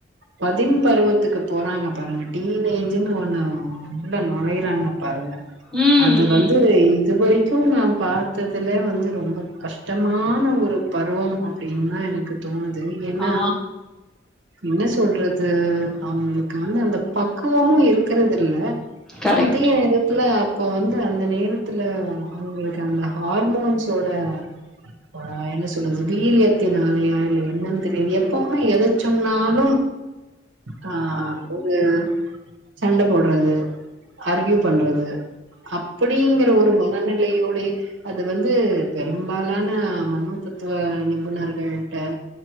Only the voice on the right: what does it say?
பதிம் பருவத்துக்கு போறாங்க பாருங்க டீனேஜுன்னு ஒன்னு உள்ள நுழைறாங்க பாருங்க
அது வந்து
இது வரைக்கு நா பாத்ததுலே வந்து ரொம்ப கஷ்டமான ஒரு பருவம் அப்டின்தா எனக்கு தோணுது ஏன்னா
என்ன சொல்றது அவுங்குளுக்கு வந்து அந்த பக்குவமு இருக்குறது இல்ல
அது <unintelligible> இதுல அப்போ வந்து அந்த நேரத்துல அவுங்களுக்கு அந்த ஹார்மோன்ஸோட ஆ என்ன சொல்றது வீரியத்தினாலயா இல்ல என்னன் தெரில எப்பவுமே எத சொன்னாலு ஆ ஆ ஒரு சண்ட போட்றது ஆர்கியூ பண்றது அப் புடிங்கிற ஒரு மனநிலை யோடையே அது வந்து பெரும்பாலான மனோ தத்துவ நிபுணர்கள் ட்ட